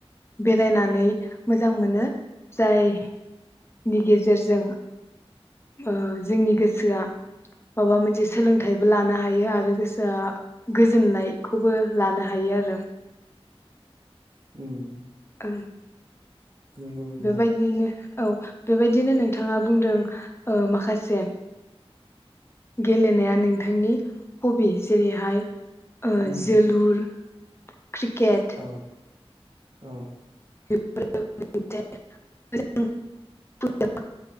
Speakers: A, on the left; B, on the right.
A: बेरायनानै मोजां मोनो जाय नि गेजेरजों ओ जोंनि गोसोआ माबा मोनसे सोलोंथाइबो लानो हायो आरो गोसोआ गोजोननायखौबो लानो हायो आरो।
B: उम।
A: ओ।
B: नंगौ नोंथां
A: बेबायदिनो औ। बेबायदिनो नोंथाङा बुंदों ओ माखासे गेलेनाया नोंथांनि हबि जेरैहाय ओ
B: उम
A: जोलुर क्रिकेट
B: औ औ।
A: <unintelligible> बेनि